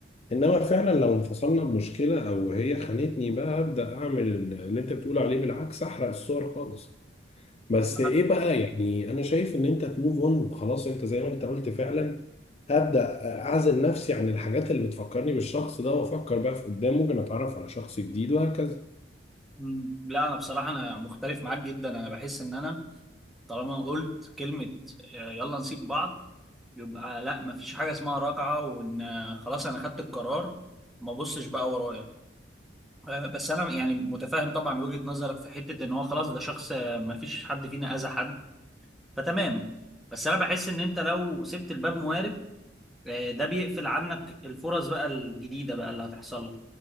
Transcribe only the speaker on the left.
انما فعلا لو انفصلنا بمشكله او هي خانتني بقى ابدا اعمل اللي انت بتقول عليه بالعكس احرق الصور خالص بس
ايه
بقى يعني انا شايف ان انت تموف اون وخلاص انت زي ما انت قلت فعلا هبدأ اعزل نفسي عن الحاجات اللي بتفكرني بالشخص ده وافكر بقى في قدام ممكن اتعرف على شخص جديد وهكذا